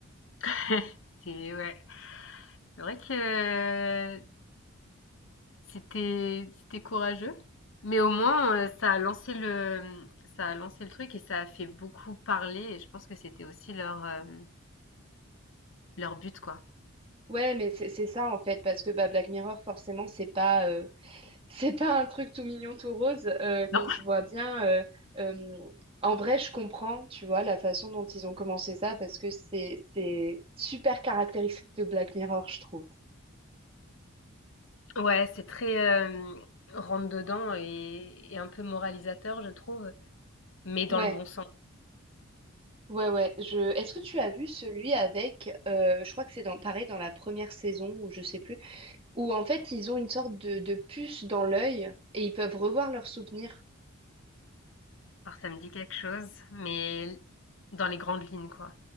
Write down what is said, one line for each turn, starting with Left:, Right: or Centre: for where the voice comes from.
Left: <laughs> C'est ouais, c'est vrai que euh, C'était c'était courageux, mais au moins, heu, ça a lancé le ça a lancé le truc et ça a fait beaucoup parler et je pense que c'était aussi leur, hem, leur but, quoi.
Right: Ouais, mais c'est c'est ça en fait, parce que bah, Black Mirror, forcément, c'est pas euh, <laughs> c'est pas un truc tout mignon, tout rose. euh, donc
Left: Non?
Right: je vois bien. euh, euh, en vrai, je comprends, tu vois, la façon dont ils ont commencé ça, parce que c'est c'est super caractéristique de Black Mirror, je trouve.
Left: Ouais, c'est très, hem, rentre dedans et et un peu moralisateur, je trouve, mais dans
Right: Ouais,
Left: le bon sens.
Right: ouais, ouais. Je... Est-ce que tu as vu celui avec, euh, je crois que c'est dans, pareil dans la première saison, ou je sais plus, où en fait ils ont une sorte de, de puce dans l'œil et ils peuvent revoir leurs souvenirs.
Left: Alors ça me dit quelque chose, mais dans les grandes lignes, quoi.